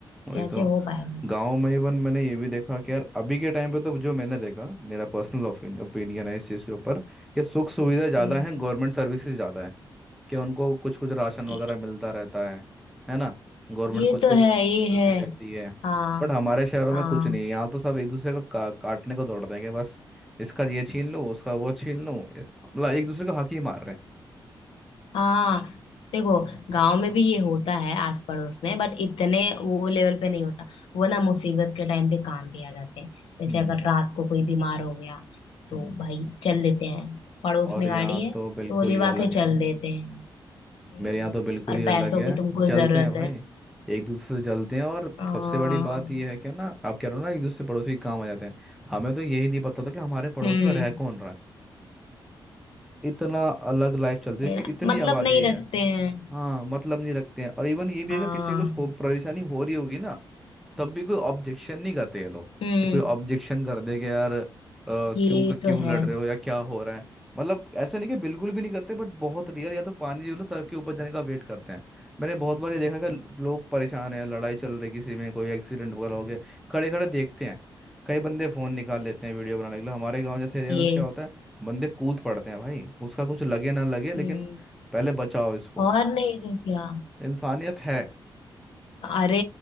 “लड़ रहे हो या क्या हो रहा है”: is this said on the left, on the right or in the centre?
Centre